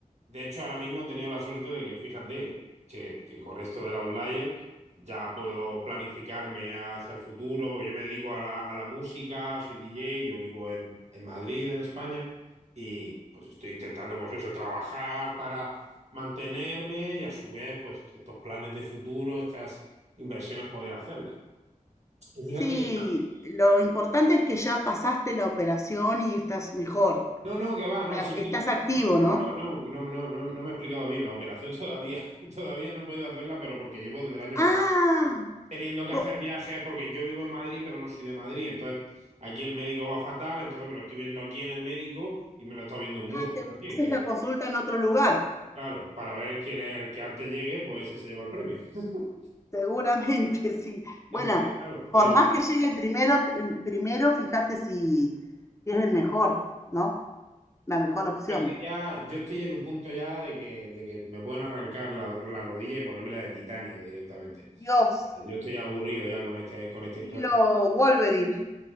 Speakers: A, on the right; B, on the left.
A: De hecho, ahora mismo he tenido la suerte de que, fíjate, que, que con esto del Outlier ya puedo planificarme hacia el futuro, porque yo me dedico a la, a la música, soy DJ, yo vivo en, en Madrid, en España y pues estoy intentando, pues eso, trabajar para mantenerme y a su vez, pues estos planes de futuro, estas inversiones poder hacerlas. Y fíjate
B: Sí,
A: que...
B: lo importante es que ya pasaste la operación y estás mejor.
A: No, no, que va,
B: O
A: no,
B: sea,
A: sí
B: estás
A: que...
B: activo,
A: No,
B: ¿no?
A: no, no, no, no, no, no, no me he explicado bien. La operación todavía, <laughs> todavía no he podido hacerla, pero porque llevo desde el año
B: Ah,
A: pasado teniendo que
B: co-
A: hacer viajes, porque yo vivo en Madrid, pero no soy de Madrid. Entonces, aquí el médico va fatal, entonces me lo estoy viendo aquí en el médico y me lo he estado viendo en Murcia
B: ah, te
A: también,
B: haces
A: que
B: la consulta en otro lugar.
A: claro, para ver quién es el que antes llegue, pues ese se lleva el premio. <laughs>
B: Seguramente, <laughs> sí. Bueno,
A: Entonces, claro, el,
B: por más que llegue primero, eh, primero fíjate si si es el mejor, ¿no? La mejor opción.
A: es que ya yo estoy en un punto ya de que, de que me pueden arrancar la, la rodilla y ponérmela de titanio directamente.
B: Dios,
A: Yo estoy aburrido ya con este, con
B: estilo
A: esta historia.
B: Wolverine.